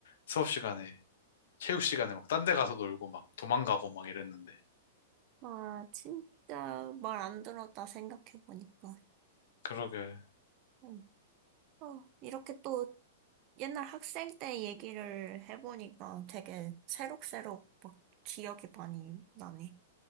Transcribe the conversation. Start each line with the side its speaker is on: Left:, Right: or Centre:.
Left: 수업 시간에 체육 시간에 막 딴데 가서 놀고 막 도망가고 막 이랬는데
Right: 아, 진짜 말 안 들었다 생각해보니까.
Left: 그러게
Right: 어, 어, 이렇게 또 옛날 학생 때 얘기를 해보니까 되게 새록새록 막 기억이 많이 나네.